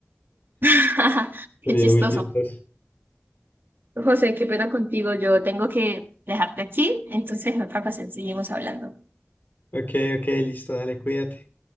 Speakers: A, on the right; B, on the left.
A: <laughs>
B: <laughs>
A: Qué
B: Sería
A: chistoso.
B: muy chistoso.
A: José, qué pena contigo, yo tengo que dejarte aquí, entonces en otra ocasión seguimos hablando.
B: Ok, ok, listo, dale, cuídate.